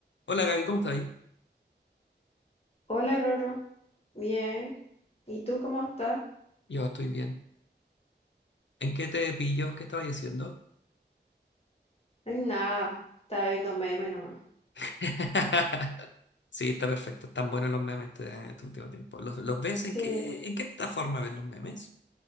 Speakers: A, on the left (about 80°); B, on the left (about 35°).
A: Hola Gaby, ¿cómo estás?
B: Hola, Roro. Bien. ¿Y tú cómo estás?
A: Yo estoy bien. ¿En qué te pillo? ¿Qué estaba diciendo?
B: En nada. Está viendo memes nomás.
A: <laughs> Sí, está perfecto. Están buenos los memes este, este último tiempo. ¿Los, los ves en
B: Sí,
A: qué, en qué plataforma ves los memes?